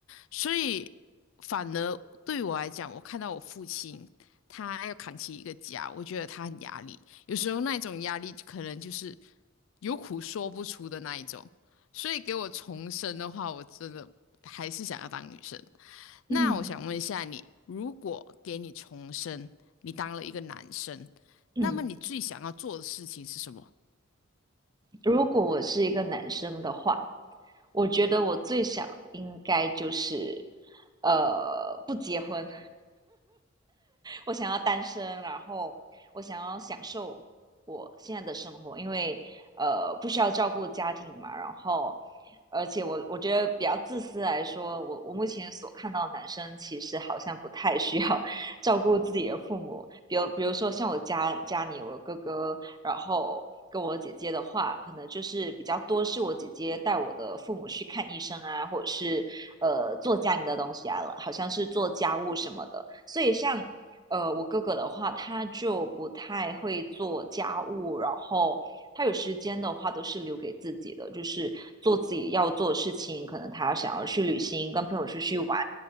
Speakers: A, on the left; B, on the right.
A: 所以反而对我来讲，我看到我父亲他要扛起一个家，我觉得他很压力，有时候那一种压力可能就是有苦说不出的那一种。所以给我重生的话，我真的还是想要当女生。那我想问一下你，
B: 嗯
A: 如果给你重生，你当了一个男生，
B: 嗯，
A: 那么你最想要做的事情是什么？
B: 如果我是一个男生的话，我觉得我最想应该就是，呃，不结婚。我想要单身，然后我想要享受我现在的生活，因为呃不需要照顾家庭嘛，然后而且我我觉得比较自私来说，我我目前所看到的男生其实好像不太需要 <laughs> 照顾自己的父母，比如比如说像我家家里我哥哥，然后。跟我姐姐的话，可能就是比较多是我姐姐带我的父母去看医生啊，或者是呃做家里的东西啊，了，好像是做家务什么的。所以像呃，我哥哥的话，他就不太会做家务，然后他有时间的话都是留给自己的，就是做自己要做的事情。可能他想要去旅行，跟朋友出去玩，